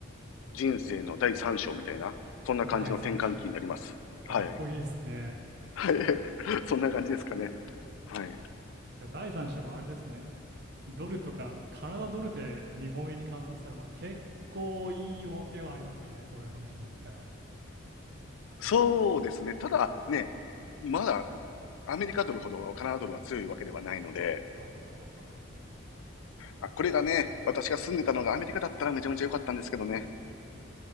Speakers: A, on the left; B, on the right.
A: ー人生の第三章みたいな、そんな感じの転換期になります。
B: 第3章。かっこいいですね。
A: はい。はい。<laughs> そんな感じですかね。はい。
B: で第3章はあれですね。ドルとか、カナダドルで日本円に換算したら、まあ結構いい儲けはありますよね。そういう話で言ったら。
A: そうですね。ただね、まだアメリカドルほどカナダドルは強いわけではないので、
B: ああ、そうかそうか。
A: あ、これがね、私が住んでたのがアメリカだったらめちゃめちゃ良かったんですけどね。